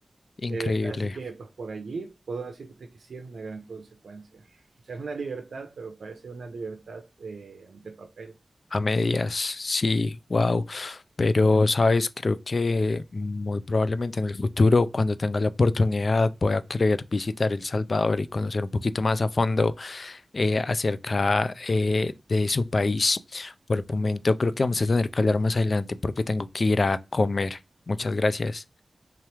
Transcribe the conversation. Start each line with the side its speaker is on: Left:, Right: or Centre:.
Left: Increíble.
Right: Es- así que pues por allí puedo decirte que sí es una gran consecuencia. O sea, es una libertad, pero parece una libertad eh, de papel.
Left: A medias, sí, wow. Pero, sabes, creo que muy probablemente en el futuro, cuando tenga la oportunidad, voy a querer visitar El Salvador y conocer un poquito más a fondo eh, acerca eh, de su país. Por el momento, creo que vamos a tener que hablar más adelante porque tengo que ir a comer. Muchas gracias.